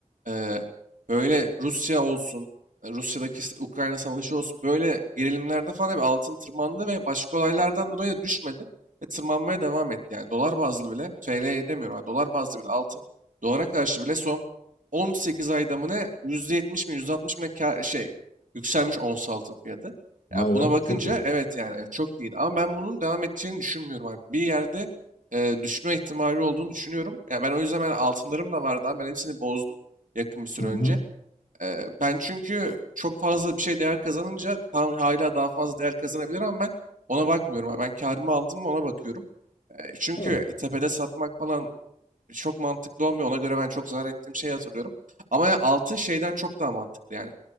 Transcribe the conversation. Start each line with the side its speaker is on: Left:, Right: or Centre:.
Right: Ee, böyle Rusya olsun, e, Rusya'daki s- Ukrayna savaşı olsun böyle gerilimlerde falan hep altın tırmandı ve başka olaylardan dolayı da düşmedi ve tırmanmaya devam etti. Yani dolar bazlı bile, TL demiyorum yani dolar bazlı bile altın, dolara karşı bile son 18 ayda mı ne %70 mi %60 mi ne kâr- şey yükselmiş ons altın fiyatı.
Left: Vay
Right: Yani buna
Left: be
Right: bakınca
Left: çok iyi.
Right: evet yani evet, çok iyiydi. Ama ben bunun devam edeceğini düşünmüyorum abi. Bir yerde e, düşme ihtimali olduğunu düşünüyorum. Ya ben o yüzden ben altınlarım da vardı abi. Ben hepsini bozdum yakın bir süre
Left: Hı hı.
Right: önce. E, ben çünkü çok fazla bir şey değer kazanınca tam hala daha fazla değer kazanabilir ama ben ona bakmıyorum abi. Ben karımı aldım mı ona bakıyorum. E, çünkü
Left: Evet.
Right: tepede satmak falan çok mantıklı olmuyor. Ona göre ben çok zarar ettiğim şeyi hatırlıyorum. Ama ya altın şeyden çok daha mantıklı yani.